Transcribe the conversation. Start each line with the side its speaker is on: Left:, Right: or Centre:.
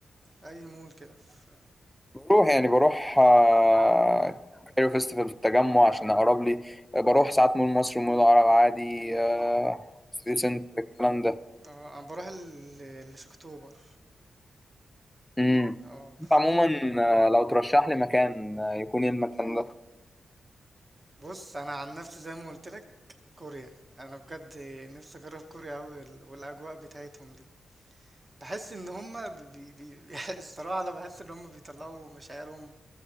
Right: اي مول كده في...
Centre: بروح يعني بروح آه، كايرو فيستيفال في التجمع عشان اقرب لي بروح ساعات مول مصر ومول العرب عادي آه، سيتي سنتر الكلام ده
Right: اه انا بروح ال- اللي في اكتوبر
Centre: امم
Right: اه
Centre: انت عموما آه، لو ترشح لي مكان آه، يكون ايه المكان ده
Right: بص انا عن نفسي زي ما قلت لك كوريا انا بجد نفسي اجرب كوريا قوي والاجواء بتاعتهم دي بحس ان هم بي بي <laughs> الصراحه انا بحس ان هم بيطلعوا مشاعرهم